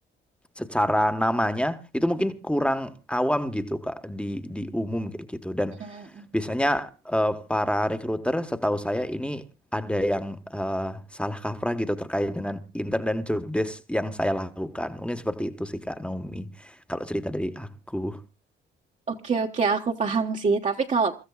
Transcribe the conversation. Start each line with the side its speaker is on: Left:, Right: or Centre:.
Centre: secara namanya itu mungkin kurang awam gitu Kak di di umum kayak gitu dan
Right: mm, <laughs>
Centre: Biasanya eh, para recruiter setahu saya ini ada yang eh, salah kaprah gitu terkait dengan intern dan job desk yang saya lakukan. Mungkin seperti itu sih Kak Naomi. Kalau cerita dari aku.
Right: Oke, oke, aku paham sih. Tapi kalau